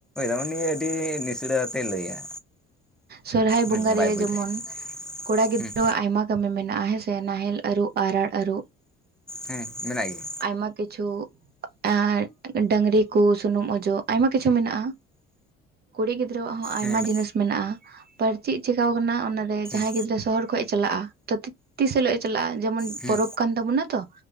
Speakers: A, in the centre; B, on the right.
A: ᱟ ᱩᱱᱤ ᱟᱹᱰᱤ ᱱᱤᱥᱲᱟᱹ ᱟᱛᱮ ᱞᱟᱹᱭᱟ᱾
B: ᱥᱚᱨᱚᱦᱦᱟᱭ
A: ᱦᱳᱭᱫᱚᱢ
B: ᱵᱚᱸᱜᱟ
A: ᱵᱟᱭ
B: ᱨᱮ
A: ᱵᱩᱡᱽ
B: ᱡᱮᱢᱚᱱ
A: ᱫᱟᱲᱮᱭᱟᱜᱼᱟ
B: ᱠᱚᱲᱟ ᱜᱤᱫᱽᱨᱟᱹ
A: ᱦᱮᱸ
B: ᱦᱚᱸ ᱟᱭᱢᱟ ᱠᱟᱹᱢᱤ ᱢᱮᱱᱟᱜᱼᱟ ᱦᱮᱸᱥᱮ ᱱᱟᱦᱮᱞ ᱟᱹᱨᱩᱵ ᱟᱨᱟᱲ ᱟᱹᱨᱩᱵ
A: ᱦᱮᱸ ᱢᱮᱱᱟᱜ ᱜᱮᱭᱟ᱾
B: ᱟᱭᱢᱟ ᱠᱤᱪᱷᱩ ᱟᱨ ᱰᱟᱝᱨᱤ ᱠᱚ ᱥᱩᱱᱩᱢ ᱚᱡᱚᱜ ᱟᱭᱢᱟ ᱠᱤᱪᱷᱩ ᱢᱮᱱᱟᱜᱼᱟ᱾ ᱠᱩᱲᱤ ᱜᱤᱫᱽᱨᱟᱹᱣᱟᱜ ᱦᱚᱸ ᱟᱭᱢᱟ
A: ᱦᱮᱸ
B: ᱡᱤᱱᱤᱥ ᱢᱮᱱᱟᱜᱼᱟ ᱪᱮᱫ ᱪᱮᱠᱟᱣ ᱟᱠᱟᱱᱟ ᱚᱱᱟᱨᱮ
A: ᱦᱮᱸ
B: ᱡᱟᱦᱟᱸᱭ ᱜᱤᱫᱽᱨᱟᱹ ᱥᱚᱦᱚᱨ ᱠᱷᱭ ᱮ ᱪᱟᱞᱟᱜᱼᱟ ᱛᱚ ᱛᱤᱥ ᱦᱤᱞᱳᱜ ᱮ ᱪᱟᱞᱟᱜᱼᱟ ᱡᱮᱢᱚᱱ
A: ᱦᱮᱸ
B: ᱯᱚᱨᱚᱵᱽ ᱠᱟᱱ ᱛᱟᱵᱚᱱᱟ ᱛᱚ